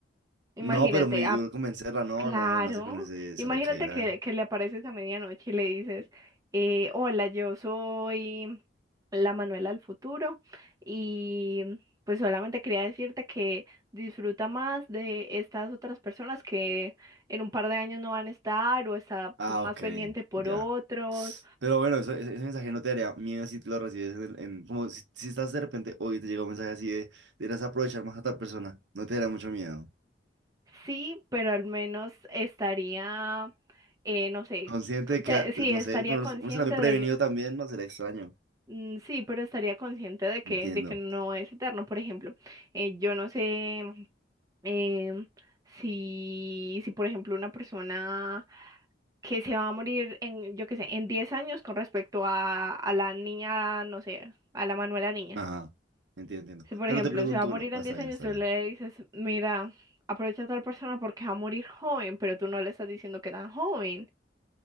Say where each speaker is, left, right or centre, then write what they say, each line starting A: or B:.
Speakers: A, on the right; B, on the right.
A: Imagínate,
B: No, pero muy
A: ah,
B: duro convencerla, no,
A: claro,
B: no, nace con ese, esa
A: imagínate
B: loquera.
A: que, que le apareces a medianoche y le dices, eh, hola, yo soy la Manuela del futuro y pues solamente quería decirte que disfruta más de estas otras personas que en un par de años no van a estar o está
B: Ah,
A: más
B: ok,
A: pendiente por
B: ya.
A: otros
B: Pero bueno, eso- ese, ese mensaje no te daría miedo si te lo recibes en, el- en- como si, si estás de repente hoy te llega un mensaje así de, deberás aprovechar más a tal persona, no te daría mucho miedo.
A: Sí, pero al menos estaría, eh, no sé,
B: Consciente
A: co-
B: de
A: te-
B: que, ah,
A: sí,
B: no
A: estaría
B: sé, pero
A: consciente
B: uno uno será muy prevenido
A: de,
B: también, no será extraño.
A: mm, sí, pero estaría consciente de que,
B: Entiendo.
A: de que no es eterno. Por ejemplo, eh, yo no sé em, si, si, por ejemplo, una persona que se va a morir en, yo qué sé, en 10 años con respecto a, a la niña, no sé, a la Manuela niña.
B: Ajá, entiendo, entiendo.
A: Si, por
B: Pero
A: ejemplo,
B: te pregunto,
A: se va a morir
B: bueno,
A: en
B: está
A: 10
B: bien,
A: años,
B: está
A: tú
B: bien.
A: le dices, mira, aprovecha a tal persona porque va a morir joven, pero tú no le estás diciendo que tan joven.